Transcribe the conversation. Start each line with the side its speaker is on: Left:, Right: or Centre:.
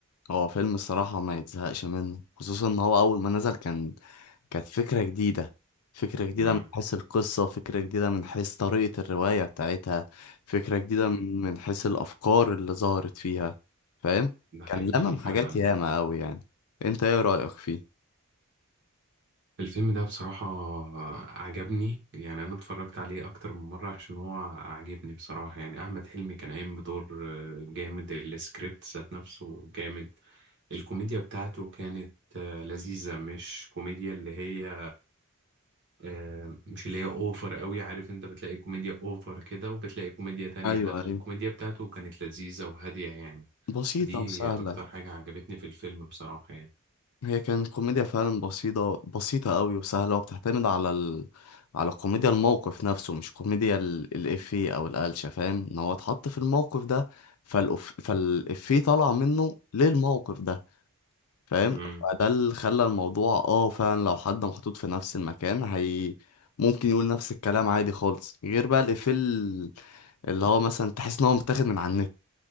Left: هو فيلم الصراحة ما يتزهقش منه خصوصا ان هو اول ما نزل كان كانت فكرة جديدة فكرة جديدة
Right: امم
Left: من حيث القصة فكرة جديدة من حيث طريقة الرواية بتاعتها فكرة جديدة من من حيث الافكار اللي ظهرت فيها فاهم
Right: ده
Left: كان
Right: حقيقي
Left: لمم
Right: فعلا
Left: حاجات ياما قوي يعني انت ايه رأيك فيه
Right: الفيلم ده بصراحة عجبني يعني أنا اتفرجت عليه أكتر من مرة عشان هو عجبني بصراحة يعني أحمد حلمي كان قايم بدور آه، جامد السكريبت ذات نفسه جامد الكوميديا بتاعته كانت آه، لذيذة مش كوميديا اللي هي آه، مش اللي هي اوفر قوي عارف انت بتلاقي كوميديا اوفر كده وبتلاقي كوميديا تانية
Left: ايوه
Right: لا
Left: ايوه
Right: الكوميديا بتاعته كانت لذيذة وهادية يعني
Left: بسيطة
Right: فدي
Left: وسهلة
Right: اكتر حاجة عجبتني في الفيلم بصراحة يعني
Left: هي كانت كوميديا فعلا بسيطة بسيطة قوي وسهلة وبتعتمد على ال... على كوميديا الموقف نفسه مش كوميديا ال... الإفيه أو القلشة فاهم إن هو اتحط في الموقف ده فالأف... فالإفيه طلع منه للموقف ده فاهم
Right: امم
Left: فده اللي خلى الموضوع اه فعلا لو حد محطوط في نفس المكان هي ممكن يقول نفس الكلام عادي خالص غير بقى الإفيه ال- اللي هو مثلا تحس إن هو متاخد من على النت